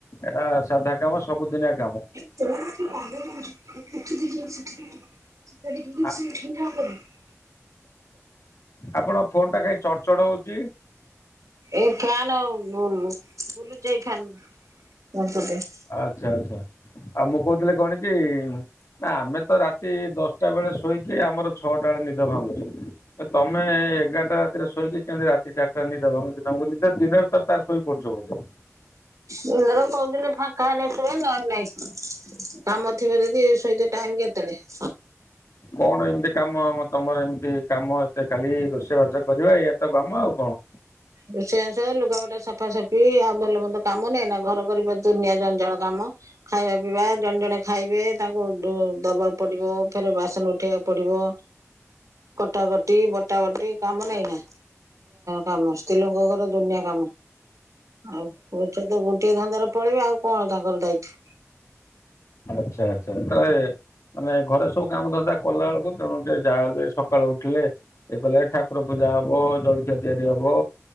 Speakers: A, on the left; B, on the right.
A: ଏଟା ସାଧା କାମ ସବୁଦିନିଆ କାମ।
B: <unintelligible> <unintelligible>
A: ଆ- ଆପଣଙ୍କ ଫୋନ ଟା କାଇଁ ଚଡ୍ ଚଡ୍ ହୋଉଛି?
B: ଏଇ ଫ୍ୟାନ <inaudible> ବୁଲୁଛି ଏଇ ଫ୍ୟାନ। <unintelligible>
A: ଆଚ୍ଛା ଆଚ୍ଛା ଆଉ ମୁଁ କହୁଥିଲି କଣ କି ଆମେ ତ ରାତି ଦଶଟା ବେଳେ ଶୋଇକି ଆମର ଛଅଟା ବେଳେ ନିଦ ଭାଙ୍ଗୁଚି। ତମେ ଏଗାରଟା ରାତିରେ ଶୋଇକି କେମିତି ରାତି ଚାରିଟାରେ ନିଦେ ଭାଙ୍ଗୁଛି ତମକୁ ନିଦ ଦିନରେ ତାର ସୋଇପଡୁଚ ବୋଧେ?
B: ମୋର କୋଉଦିନ ଫାଙ୍କା ହେଲେ ସୁଏ ନହେଲେ ନାଇଁ। କାମ ଥିବ ଯଦି ଶୋଇତେ ଟାଇମ କେତେବେଳେ?
A: କଣ ଏମିତି କାମ ତମର ଏମିତି କାମ ଏତେ ଖାଲି ରୋଷେଇ ବାଷ କରିବା ଏୟା ତ କାମ ଆଉ କଣ?
B: ରୋଷେଇବାସ ଲୁଗାପଟା ସଫାସଫି ଆଉ ଭଲ ମନ୍ଦ କାମ ନହିଁ ନା ଘର କରି ବା ଦୁନିଆ ଜଞ୍ଜାଳ କାମ। ଖାଇବା ପିଇବା ଜଣେ ଜଣେ ଖାଇବେ ତାଙ୍କୁ ଦବାକୁ ପଡିବ ଫେର ବାସନ ଉଠ ଉଠେଇଆକୁ ପଡିବ କଟାକଟି ବଟା ବଟି କାମ ନାଇଁ ନା। କାମ ସ୍ତ୍ରୀଲଙ୍କଙ୍କର ଦୁନିଆ କାମ ଆଉ <unintelligible> ଗୋଟିଏ ଧନ୍ଦାରେ ପଳେଇବେ ଆଉ କଣ ତାଙ୍କର ଦାୟିତ୍ଵ।
A: ଆଚ୍ଛା ଆଚ୍ଛା ତାହଲେ ମାନେ ଘରେ ସବୁ କାମ ଧନ୍ଦା କଲା ବେଳକୁ ତେଣୁ ଟିକେ ଯାହା ହେଲେ ସକାଳୁ ଉଠିଲେ ଇଏ କଲେ ଠକୁ ର ପୂଜା ହବ, ଜଳଖିଆ ତିଆରି ହବ,